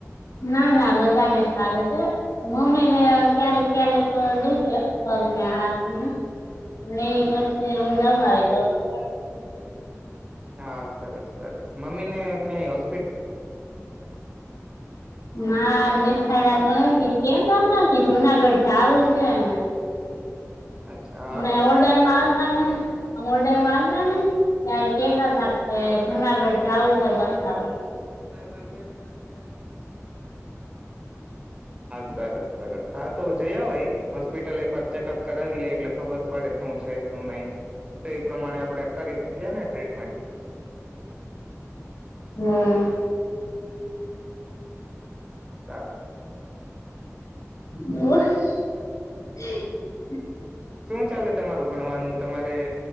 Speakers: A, on the left (about 90°); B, on the right (about 20°).
A: ના ના બધાને સારું છે મમ્મીને ક્યારેક ક્યારેક દુખે પગના હાથમાં પણ એ પછી હું દબાવી દઉતો.
B: હા સરસ. સરસ મમ્મી ને ક્યાંય હો
A: ના દે ખાયલા હા છે કેમ ના ના એ જુનાગઢ જાવું છે ને?
B: અચ્છા હા
A: અમે
B: તો
A: એવોર્ડરમાં આ અમ ઓર્ડરમાં આવતા ને ત્યારે કેતા તા કે જુનાગઢ જાવું હ બતાવા.
B: <inaudible> હા સરસ સરસ હા તો જયાવાય હોસ્પિટલ એક વાર ચેકઅપ કરાવી લે એટલે ખબર પડે શું છે. શું નઈ તો એ પ્રમાણે આપણે કરીશું કેને ટ્રીટમેન્ટ.
A: હમ
B: સારું.
A: <inaudible>
B: શું ચાલે તમારું ભણવાનું? તમારે